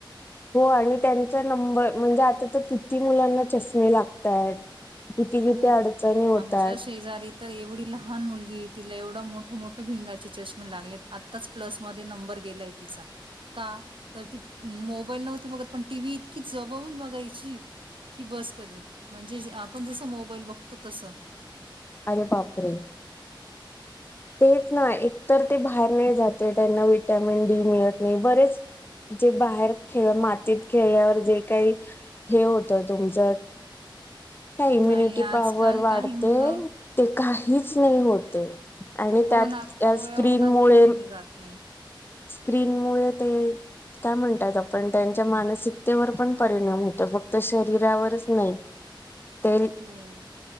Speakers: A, on the left (about 25°); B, on the right (about 75°).
A: हो आणि त्यांचा नंबर म्हणजे आता तर किती मुलांना चष्मे लागतय किती
B: खूप.
A: किती अडचणी होतात
B: आमच्या शेजारी तर एवढी लहान मुलगी तिला एवढं मोठ मोठे भिंगाचे चष्मे लागलेता आत्ताच प्लस मध्ये नंबर गेलाय तिचा का तर ती मोबाईल नव्हती बघत पण टी व्ही इतकी जवळून बघायची कि बस कधी म्हणजे आपण जस मोबाईल बघतो तस
A: अरे बापरे तेच ना एकतर ते बाहेर नाही जाते त्यांना विटॅमिन डी मिळत नाही बरेच जे बाहेर खेळ मातीत खेळल्यावर जे काही हे होत तुमचं काय इम्युनिटी
B: नाही आजकाल
A: पॉवर वाढते
B: काही मुलं
A: ते काहीच नाही होते आणि
B: हो
A: त्यात
B: ना
A: त्या
B: कोवळ्या
A: स्क्रीनमुळे
B: उन्हात पण कोणी जात नाही.
A: स्क्रीन मुळे ते काय म्हणतात आपण त्यांच्या मानसिकतेवर पण परिणाम होतो फक्त शरीरावरच नाही रीकाम आहे ते
B: हो